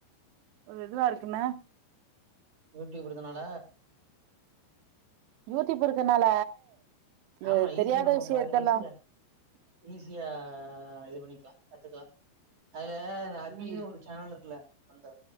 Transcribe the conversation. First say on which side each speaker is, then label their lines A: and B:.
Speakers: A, on the right; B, on the right.
A: ஒரு இதுவா இருக்கும்னா
B: யூடியூப் இருந்தனால
A: யூடியூப் இருக்கனால இந்த
B: ஆமா ஈஸியா
A: தெரியாத
B: நம்ம
A: விஷயத்தெல்லா
B: பா ஈஸியா ஈஸியா இது பண்ணிக்கலா கத்துக்கலா அதுல அபின்னு
A: ம்
B: ஒரு சேனல் இருக்குல்ல அந்த